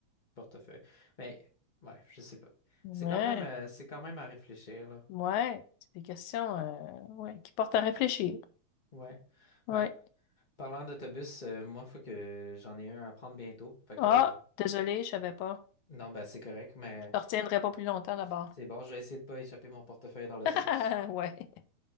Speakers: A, on the left; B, on the left.
A: portefeuille. Mais ouais, je sais pas.
B: Ouais,
A: C'est quand même euh, c'est quand même à réfléchir là.
B: ouais. C'est des questions euh, ouais, qui portent à réfléchir.
A: Ouais.
B: Ouais.
A: Ben, Parlant d'autobus, euh, moi, faut que j'en ai un à prendre bientôt. Fait
B: Ah,
A: que, euh,
B: désolée, je savais pas.
A: non, bah, c'est correct, mais
B: Je te retiendrai pas plus longtemps d'abord.
A: c'est bon, je vais essayer de pas échapper mon portefeuille dans l'autobus.
B: <laughs> Ouais.